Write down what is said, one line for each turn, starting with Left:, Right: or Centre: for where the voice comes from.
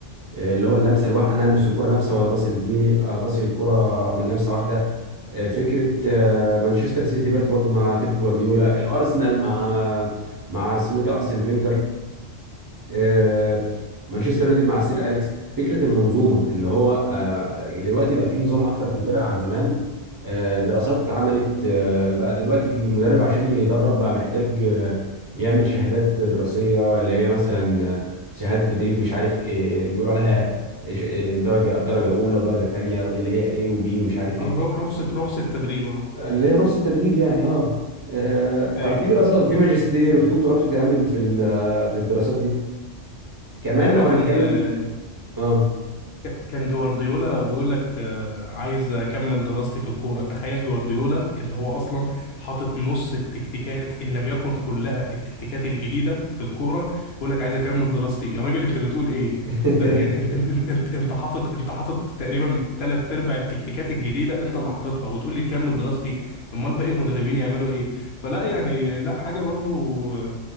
Right: اللي هو اللمسة الواحدة أنا ألمس الكرة لمسة ولا باصي لزميلي آه، باصي الكرة من لمسة واحدة آه، فكره آه، مانشستر سيتي دلوقتي برضو مع بيب جوارديولا الارسنال مع مع اسمه إيه ده ارسن فينجر آه، مانشستر يونايتد مع السير اليكس فكره المنظومه اللي هو آه، دلوقتي بقى في نظام اكتر في الفرق عن زمان آه، دراسات اتعملت آه، بقى دلوقتي في مدرب عشان يدرب بقى محتاج آه، يعمل شهادات دراسيه اللي هي مثلا آه، شهاده تدريب مش عارف ايه بيقولوا عليها إيش- إيه، درجه درجه اولى ودرجه تانيه اللي هي ايه وبي ومش عارف
Left: آه،
Right: ايه
Left: ر- رخصة رخصة تدريب اه
Right: اللي هي رخصة تدريب يعني اه آه، ففي
Left: ايوه
Right: دراسات
Left: ايوه
Right: وفي ماجستير وفي دكتوراه بتتعمل في ال- آه، في الدراسات دي كمان
Left: ايوه
Right: لو
Left: ما كان
Right: هنتكلم
Left: آه،
Right: اه
Left: ك- كان جوارديولا بيقول لك آه، عايز اكمل دراستي في الكوره تخيل جوارديولا اللي هو اصلا حاطط نص التكتيكات ان لم يكن كلها التكتيكات الجديده في الكوره بيقول لك عايز اكمل دراستي يا راجل انت بتقول ايه
Right: <laughs>
Left: ده يعني انت انت انت انت انت حاطط انت حاطط تقريبا ثلاث ارباع التكتيكات الجديده انت اللي حاططها وتقول لي تكمل دراستي امال باقي المدربين يعملوا ايه فلا يعني لا حاجه برضو آه،